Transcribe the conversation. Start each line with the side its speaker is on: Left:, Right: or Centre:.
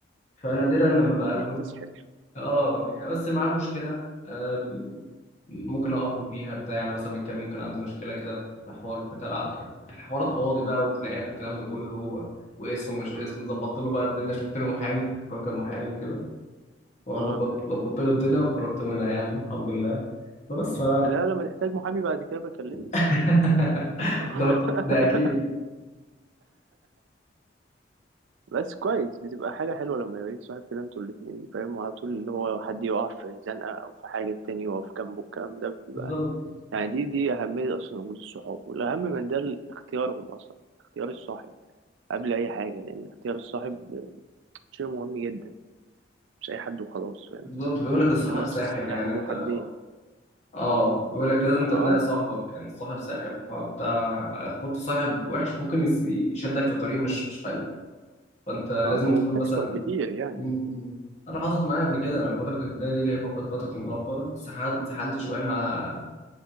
Left: فنادرا لما
Right: يا الدنيا
Left: بقابله
Right: بتسحل
Left: اه يعني بس معاه مشكله آه، ممكن اقف له فيها بتاع يعني مثلا من كام يوم كان عنده مشكله كده في حوار بتاع حوارات قواضي بقى وخناقات والكلام ده كله واسمه مش
Right: امم
Left: اسمه ظبطت له بقى الدنيا شفت له محامي هو كان محامي وكده وظبطت
Right: اه
Left: ظبطت له الدنيا وخرجت منها يعني الحمد لله فبس ف
Right: لا لما تحتاج محامي بعد كده بكلمني
Left: <laughs>
Right: <laughs>
Left: ده ده اكيد
Right: بس كويس بتبقى حاجة حلوة لما يبقى ليك صاحب كده انتوا الاتنين فاهم على طول اللي هو حد يقع في زنقة أو في حاجة التاني يقف جنبه الكلام ده بيبقى
Left: بالظبط
Right: يعني دي دي أهمية أصلا وجود الصحاب والأهم من ده ال- اختيارهم أصلا يعني اختيار الصاحب قبل أي حاجة لأن اختيار الصاحب شيء مهم جدا مش أي حد وخلاص فاهم
Left: بالظبط بيقول لك الصاحب
Right: إن هو
Left: ساحب
Right: سلاح
Left: يعني
Right: ذو
Left: انت
Right: حدين
Left: اه بيقول لك لازم انت
Right: اه
Left: تنقي صاحبك يعني الصاحب ساحب فانت هتحط صاحب وحش ممكن يس- يشدك في طريق مش مش حلو فانت لازم
Right: اه وبتحصل
Left: تكون مثلا
Right: كتير يعني
Left: م- م. انا حصلت معايا قبل كده انا في فتره الابتدائي دي اللي هي فقط فتره المراهقه اتسحلت اتسحلت شويه
Right: م-
Left: مع